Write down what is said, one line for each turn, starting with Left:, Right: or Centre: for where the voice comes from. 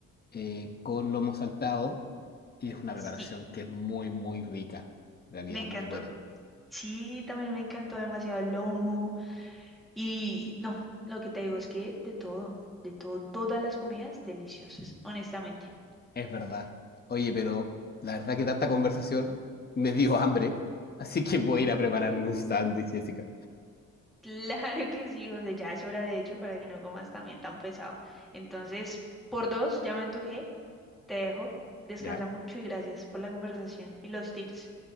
Left: eh, con lomo saltado y es una
Centre: Sí,
Left: preparación que es muy, muy rica, en realidad,
Centre: me encantó.
Left: muy buena.
Centre: Sí, también me encantó demasiado el lomo. Y no, lo que te digo es que de todo, de todo, todas las comidas deliciosas, honestamente.
Left: Es verdad. Oye, pero la verdad que tanta conversación me dio hambre, así que voy a ir a prepararme
Centre: Ok,
Left: un
Centre: <laughs>
Left: sándwich, Jessica.
Centre: claro que sí, José, ya es hora de hecho para que no comas también tan pesado. Entonces, por dos, ya me antojé, te dejo. Descansa
Left: Ya,
Centre: mucho y gracias por la conversación y los tips.